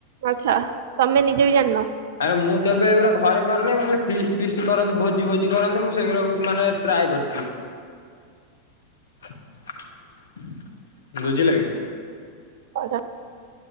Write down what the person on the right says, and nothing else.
ଆଚ୍ଛା ତମେ ନିଜେ ବି ଜାଣିନ?
ଆଚ୍ଛା।